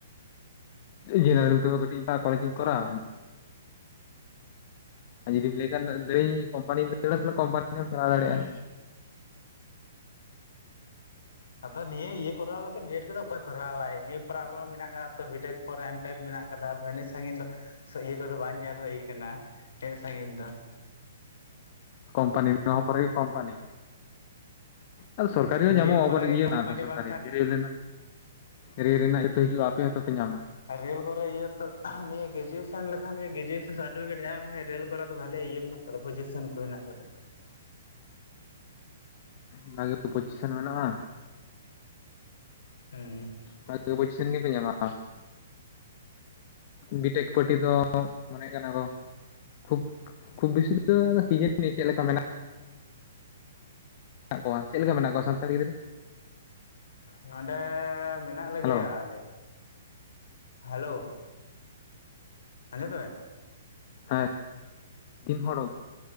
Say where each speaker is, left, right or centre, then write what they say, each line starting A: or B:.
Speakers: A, on the left (about 45°); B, on the left (about 70°).
A: ᱡᱮᱱᱟᱨᱮᱞ ᱛᱮ ᱠᱟᱹᱴᱤᱡ ᱠᱚᱞᱮᱡᱽ ᱤᱧ
B: ᱟᱫᱚ
A: ᱠᱚᱨᱟᱣ ᱟ <unintelligible> ᱟᱨ ᱡᱩᱫᱤᱢ ᱞᱟᱹᱭ ᱠᱷᱟᱱ ᱞᱟᱹᱭᱤᱧ ᱠᱚᱢᱯᱟᱱᱤ <unintelligible> ᱠᱚᱢᱯᱟᱱᱤ <unintelligible> ᱪᱟᱞᱟᱣ ᱫᱟᱲᱭᱟᱜᱼᱟ
B: ᱟᱫᱚ ᱱᱤᱭᱟᱹ ᱤᱭᱟᱹ ᱠᱚᱨᱟᱣ ᱠᱟᱛᱮ ᱵᱤ. ᱮᱰ. ᱠᱮᱫᱟᱢ ᱚᱠᱚᱭ ᱠᱚᱨᱟᱣᱟᱭ ᱱᱤᱭᱟᱹ ᱯᱚᱨᱮ ᱟᱨᱦᱚ ᱢᱮᱱᱟᱜ ᱟᱠᱟᱫᱟ ᱛᱚ ᱵᱤ ᱴᱮᱠ ᱯᱚᱨᱮ ᱮᱢᱴᱮᱠ ᱢᱮᱱᱟᱜ ᱠᱚᱫᱟ ᱟᱫᱚ ᱤᱱᱟᱹᱜ ᱥᱟᱺᱜᱤᱧ ᱫᱚ ᱤᱭᱟᱹ ᱠᱚᱫᱚ ᱵᱟᱝ ᱧᱮᱞ ᱦᱩᱭ ᱠᱟᱱᱟ ᱤᱱᱟᱹᱜ ᱥᱟᱺᱜᱤᱧ ᱫᱚ
A: ᱠᱚᱢᱯᱟᱱᱤ ᱱᱚᱣᱟ ᱦᱚᱸ ᱯᱚᱨᱮ ᱠᱚᱢᱯᱟᱱᱤ᱾ ᱟᱫᱚ ᱥᱚᱨᱠᱟᱨᱤ ᱦᱚᱸ
B: ᱱᱤᱭᱟᱹ
A: ᱧᱟᱢᱚᱜᱼᱟ
B: ᱯᱚᱨᱮ
A: ᱟᱵᱟᱨ
B: ᱜᱮ
A: ᱤᱭᱟᱹ
B: ᱠᱳᱢᱯᱟᱱᱤ
A: ᱥᱚᱨᱠᱟᱨᱤ
B: ᱵᱟᱝᱠᱷᱟᱱ
A: ᱠᱤᱨᱮᱭᱳᱞᱤᱱᱟᱜ ᱾ ᱨᱮᱞ ᱨᱮᱱᱟᱜ <unintelligible> ᱦᱤᱡᱩᱜᱼᱟ ᱟᱯᱮ ᱦᱚᱸᱛᱚᱯᱮ ᱧᱟᱢᱟ
B: ᱟᱨ ᱨᱮᱹᱞ ᱠᱚᱨᱮ ᱤᱭᱟᱹ ᱛᱚ ᱱᱤᱭᱟᱹ ᱜᱮᱨᱮᱡᱩᱭᱮᱥᱮᱱ ᱞᱮᱠᱷᱟᱱ ᱜᱮ ᱜᱮᱨᱮᱡᱩᱭᱮᱥᱚᱱ ᱥᱟᱨᱴᱤᱯᱷᱤᱠᱮᱴ ᱧᱟᱢ ᱞᱮᱠᱷᱟᱱᱡ ᱨᱮᱹᱞ ᱠᱚᱨᱮ ᱫᱚ ᱵᱷᱟᱞᱮ ᱤᱭᱟᱹ ᱢᱮᱱᱟᱜᱼᱟ ᱟᱫᱚ ᱯᱚᱡᱮᱥᱮᱱ ᱠᱚ ᱦᱮᱱᱟᱜ ᱟᱠᱟᱫᱟ
A: ᱚᱱᱟ ᱜᱮ ᱯᱚᱸᱪᱤᱥᱮᱱ ᱵᱟᱱᱩᱜᱼᱟ
B: ᱦᱩᱸ
A: ᱵᱷᱟᱜᱮ ᱯᱚᱡᱤᱥᱚᱱ ᱜᱮᱯᱮ ᱧᱟᱢᱟ ᱵᱤᱴᱮᱠ ᱯᱟᱴᱤ ᱫᱚ ᱢᱚᱱᱮ ᱠᱟᱱᱟ ᱠᱚ ᱠᱷᱩᱵ ᱠᱷᱩᱵ ᱵᱮᱥᱤ ᱫᱚ ᱠᱤ ᱡᱟᱹᱱᱤ ᱪᱮᱫ ᱞᱮᱠᱟ ᱢᱮᱱᱟᱜᱼᱟ ᱢᱮᱱᱟᱜ ᱠᱚᱣᱟ ᱪᱮᱫ ᱞᱮᱠᱟ ᱢᱮᱱᱟᱜ ᱠᱚᱣᱟ ᱥᱟᱱᱛᱟᱲ ᱜᱤᱫᱽᱨᱟᱹ
B: ᱱᱚᱸᱰᱮ ᱢᱮᱱᱟᱜ ᱞᱮᱜᱮᱭᱟ
A: ᱦᱮᱞᱳ
B: ᱟᱞᱮ ᱦᱮᱞᱳ ᱟᱸᱡᱚᱢ ᱫᱟᱵᱮᱱ
A: ᱦᱮᱸ ᱛᱤᱱ ᱦᱚᱲ